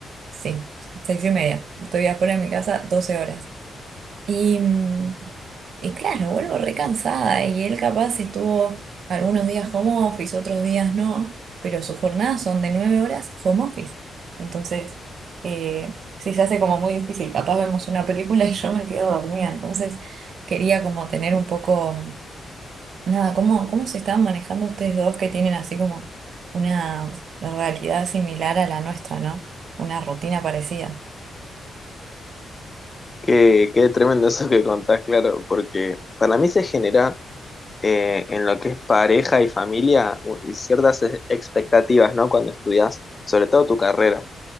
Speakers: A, on the right; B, on the left.
A: sí, 6 y media. Estoy afuera de mi casa 12 horas. Y, mm, y claro, vuelvo recansada y él capaz estuvo algunos días home office, otros días no, pero sus jornadas son de nueve horas home office. Entonces, eh, sí se hace como muy difícil. Capaz vemos una película y yo me quedo dormida. Entonces, quería como tener un poco, nada, ¿cómo, cómo se están manejando ustedes dos que tienen así como una realidad similar a la nuestra, ¿no? Una rutina parecida.
B: Qué, qué tremendo eso que contás, claro, porque para mí se genera eh, en lo que es pareja y familia u- ciertas e- expectativas, ¿no? Cuando estudias, sobre todo tu carrera.